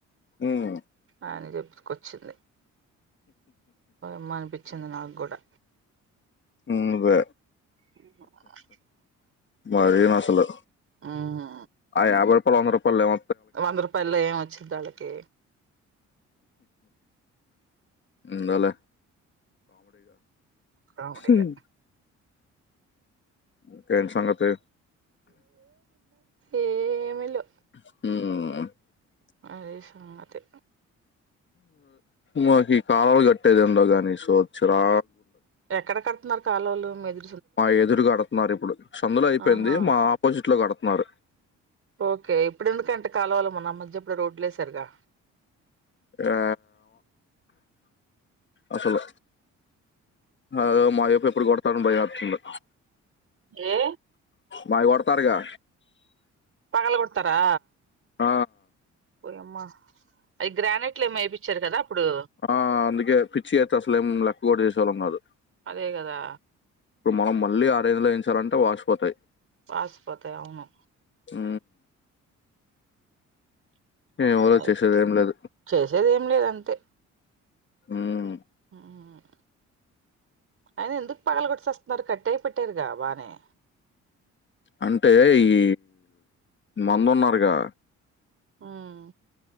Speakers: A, on the left; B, on the right.
A: ఉమ్
B: ఆయన చెప్పుతకొచ్చింది మ్మ అనిపించింది నాకు కూడా
A: మున్ందు
B: అను
A: మరిీ అసలు
B: ఉమ్
A: ఆ యాభై రూపాయలు వంద రూపాయలు లేమ
B: వంద రూపాయల్లో ఏం వచ్చిది వాళ్ళకి
A: ంద
B: రా ఉడిగా
A: ఉమ్, ఇంకేంటి సంగతే
B: ఏమిలు
A: హ
B: మదే సంగతే
A: మాకు కాలాలు కట్టేది ఎందుో గాని సో చిరా
B: ఎక్కడ కడుతున్నారు కాలు వాళ్ళు మెది
A: మా ఎదురుగాడుతున్నారు ఇప్పుడు చందులు అయిపోయింది
B: ఆహా
A: మా ఆపోజిట్ లో కడుతున్నారు
B: ఓకే ఇప్పుడు ఎందుక అంటే కాాలవాలము నా మధప్పుడు రోడ్లే సరిగా
A: ఆ అసలు అ మాయపు ఎప్పుడు కొడతాను భయాతులు
B: ఏ
A: బయ కొడతారుగా
B: పగలు కొడతారా
A: ఆ
B: పోయమ్మా అవి గ్రానైట్లు ఏం వేయిచ్చారు కదా అప్పుడు
A: ఆ అందుకే పిచ్చి అయితే అసలే ఏం లెక్క కూడా చేసేళ్లం కాదు
B: అదే కదా
A: ఇప్పుడు మనం మళ్ళీ ఆ రేజలో వయించాలంటే వాసిపోతాయి
B: వాశ పతా అవును
A: హ ఎవరో
B: అ
A: చేసేది ఏం లేదు.
B: చేసేదేం లేదు అంతే
A: హ్మ
B: హ్మ్ అయిన ఎందుకు పగల కొట్టిశస్తున్నారు కట్ దయపేట్టరుగా బనేే
A: అంటే ఈ మందు ఉన్నారుగా
B: హ్మ్